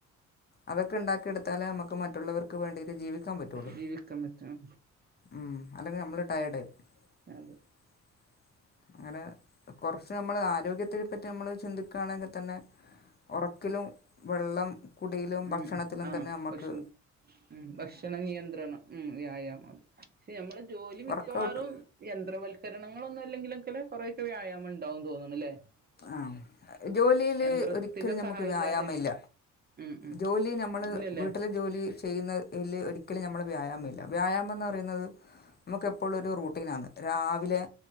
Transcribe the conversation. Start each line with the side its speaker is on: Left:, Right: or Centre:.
Left: അവൊക്കെ ണ്ടാക്കിടുത്താലേ നമുക്ക് മറ്റുള്ളവർക്ക് വേണ്ടിയിട്ട് ജീവിക്കാൻ പറ്റുള്ളു.
Right: ജീവിക്കാൻ പറ്റും
Left: ഉം അല്ലെങ്കി നമ്മള് ടയേഡായി.
Right: അതെ.
Left: <inaudible> ങ്ങനെ കൊറച്ച് നമ്മള് ആരോഗ്യത്തെ പറ്റി നമ്മള് ചിന്തിക്കണെൽ തന്നെ. ഉറക്കിലും വെള്ളം കുടിയിലും
Right: ഉം
Left: ഭക്ഷണത്തിലും
Right: ആഹ്
Left: തന്നെ നമ്മക്ക്.
Right: ഭക്ഷണം ഉം ഭക്ഷണ നിയന്ത്രണം ഉം വ്യായാമം നമ്മള് ജോലി മിക്കവാറും.
Left: വർക്കൗട്ട്
Right: യന്ത്രവൽക്കരണങ്ങളൊന്നും അല്ലെങ്കിലൊക്കെ കൊറെയൊക്കെ വ്യായാമം ഉണ്ടാവുംന്ന് തോന്നുണു അല്ലേ.
Left: ആഹ് ജോലിയില്
Right: യന്ത്രത്തിന്റെ
Left: ഒരിക്കലു നമ്മുക്ക്
Right: സഹായം
Left: വ്യായാമല്ല.
Right: ഇല്ലാതെയാണ് ഉം ഉം
Left: ജോലി നമ്മള്
Right: ഇല്ലല്ലേ
Left: വീട്ടിൽ ജോലി ചെയ്യുന്നതിൽ ഒരിക്കലും നമ്മള് വ്യായാമംല്ല വ്യായാമം ന്ന് പറയുന്നത്. നമുക്ക എപ്പോഴുരു റൂട്ടീനാണ് രാവിലെ